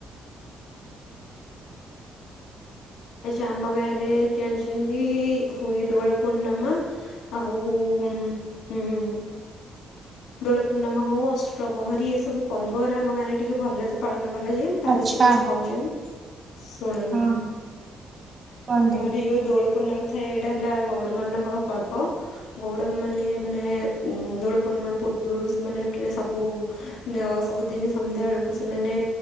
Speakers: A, on the left; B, on the right.
A: ଆଛା ଆମ ଗାଁ ରେ ଜାଣିଛନ୍ତି, ହୁଏ ଦୋଳ ପୂର୍ଣ୍ଣମା ଆଉ ଉଁ ହୁଁ। ଦୋଳ ପୂର୍ଣ୍ଣମା ହଉ, ଅଷ୍ଟପହରି ଏସବୁ ପର୍ବରେ ଆମ ଗାଁ ରେ ଟିକେ ଭଲସେ ପାଳନ କରାଯାଏ। ମୁଁ ତା
B: ଆଚ୍ଛା
A: ବିଷୟରେ କିଛି କହୁଛନ୍ତି ଶୁଣନ୍ତୁ।
B: ହଁ କୁହନ୍ତୁ
A: ଆମରି ଯୋଉ ଦୋଳ ପୂର୍ଣ୍ଣିମା ଥାଏ, ଏଇଟା ହେଲା ଗଉଡ଼ମାନଙ୍କ ପର୍ବ। ଗଉଡ଼ମାନେ ମାନେ ଦୋଳ ପୂର୍ଣ୍ଣିମା ପୂର୍ବରୁ ସେମାନେ ପ୍ରା ସବୁ ସବୁଦିନ ସନ୍ଧ୍ୟାବେେଳକୁ ସେମାନେ